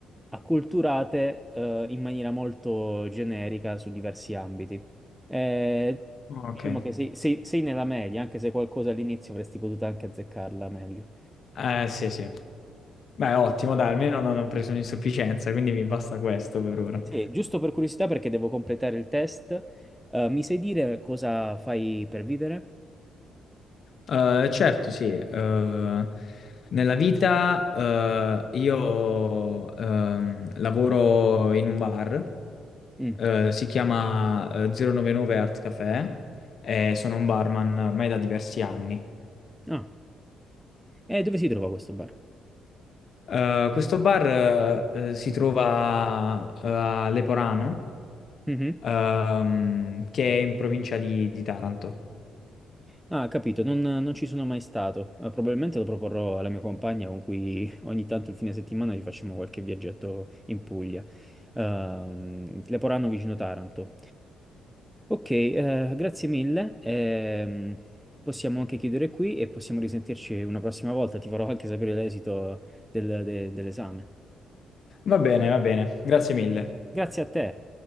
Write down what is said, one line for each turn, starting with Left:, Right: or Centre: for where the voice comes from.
Centre: acculturate eh, in maniera molto generica su diversi ambiti. Eh,
Left: Ok.
Centre: diciamo che sei, sei- sei nella media, anche se qualcosa all'inizio avresti potuto anche azzeccarla meglio.
Left: Eh, sì, sì. Beh, ottimo, dai, almeno non ho preso un'insufficienza, quindi mi basta questo per ora.
Centre: Sì, giusto per curiosità, perché devo completare il test, eh, mi sai dire cosa fai per vivere?
Left: Eh, certo, sì. eh, nella vita, eh, io ehm, lavoro in un bar,
Centre: Mm.
Left: eh, si chiama eh, 099 Art Café, e sono un barman ormai da diversi anni.
Centre: Ah, e dove si trova questo bar?
Left: Eh, questo bar, eh, si trova eh, a Leporano,
Centre: Mhm.
Left: ehm, che è in provincia di di Taranto.
Centre: Ah, capito, non, non ci sono mai stato. Eh, probabilmente lo proporrò alla mia compagna con cui ogni tanto il fine settimana ci facciamo qualche viaggetto in Puglia. Ehm, Leporano vicino Taranto. Ok, eh, grazie mille. Ehm, possiamo anche chiudere qui e possiamo risentirci una prossima volta. Ti farò anche sapere l'esito del- de- dell'esame.
Left: Va bene, va bene, grazie mille.
Centre: Grazie a te.